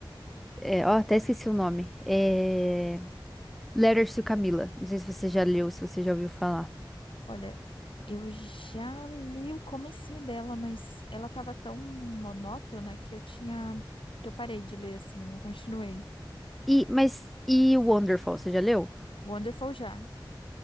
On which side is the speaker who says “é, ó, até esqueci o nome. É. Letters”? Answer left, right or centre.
Centre